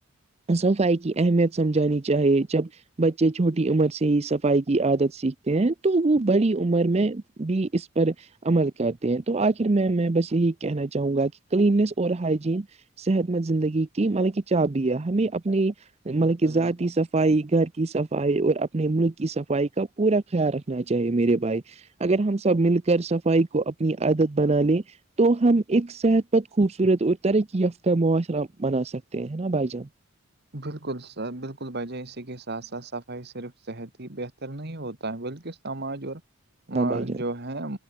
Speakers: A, on the right; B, on the right.
A: صفائی کی اہمیت سمجھانی چاہیے جب بچے چھوٹی عمر سے ہی صفائی کی عادت سیکھتے ہیں تو وہ بڑی عمر میں بھی اس پر عمل کرتے ہیں تو آخر میں میں بس یہی کہنا چاہوں گا کہ کلینس اور ہائجین صحت مند زندگی کی مطلب کہ چابیا ہمیں اپنی مطلب
B: بالکل
A: کہ ذاتی
B: بالکل
A: سف صفائی گھر کی صفائی اور اپنے ملک کی صفائی کا پورا خیال رکھنا چاہیے میرے بھائی اگر ہم سب مل کر صفائی کو اپنی عادت بنا لیں تو ہم ایک صحت پر خوبصورت اور ترقی یافتہ معاشرہ بنا سکتے ہیں نا بھائی جان
B: بالکل س بالکل بجائے اسی کے ساتھ ساتھ صفائی صرف صحت ہی بہتر نہیں ہوتی ت بلکے سماج اور
A: ہاں بھائی جان
B: جو ہے